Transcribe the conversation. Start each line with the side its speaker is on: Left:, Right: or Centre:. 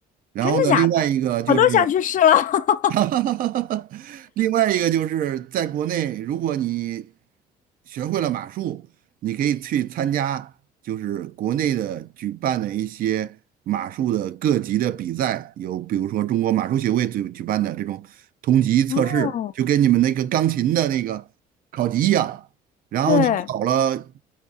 Right: 然后呢，
Left: 真的假的？
Right: 另外一个就是。
Left: 我都想去试了。<laughs>
Right: <laughs> 另外一个就是在国内，如果你学会了马术，你可以去参加就是国内的举办的一些马术的各级的比赛，有比如说中国马术协会举举办的这种同级测试，
Left: 哦，
Right: 就跟你们那个钢琴的那个考级一样。然后你考了，
Left: 对。